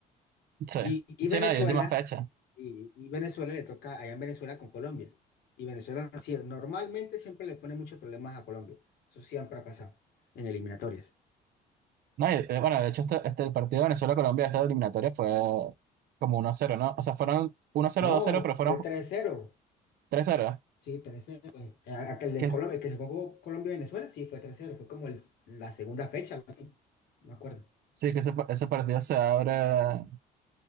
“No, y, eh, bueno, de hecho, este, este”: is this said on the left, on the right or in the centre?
Right